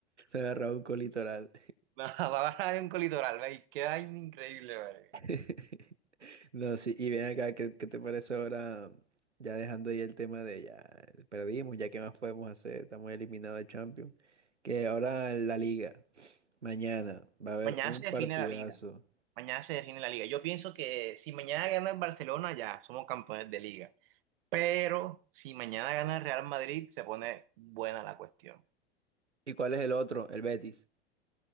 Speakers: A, on the right (about 85°); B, on the right (about 55°).
A: me agarró un colitoral.
B: No <laughs> agarraba ni un colitoral, marica. Qué vaina increíble, marica.
A: <laughs> No, sí, y ven acá, ¿qué, qué te parece ahora? Ya dejando ahí el tema de ya perdimos, ya qué más podemos hacer, estamos eliminados de Champions. Que ahora la Liga, mañana va a haber
B: Mañana
A: un
B: se
A: partidazo.
B: define la liga. Mañana se define la liga. Yo pienso que si mañana gana el Barcelona, ya somos campeones de liga. Pero si mañana gana el Real Madrid, se pone buena la cuestión.
A: ¿Y cuál es el otro? El Betis.